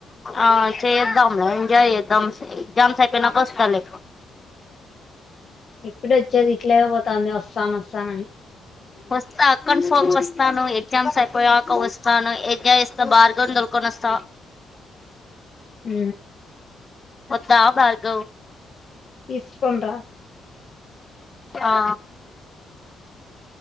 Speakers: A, on the left; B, on the left.
A: ఆ చేద్దా ఎంజా్ చేదు జస జమ్సాయి ప నా పస్ట లేకు
B: ఇప్పుడు వచ్చేది ఇట్లే పోతుంది వస్తాన వస్తానని
A: వస్తస్తా కన్ఫర్మ్ వస్తాను ఎగ్జామ్స్ అయిపోయాక వస్తాను ఎగజాయ్ ఇస్తా బార్గ దలుకొని వస్తా
B: అ
A: మద్ద ఆ బార్గ
B: ఇస్కండ్రా
A: ఆ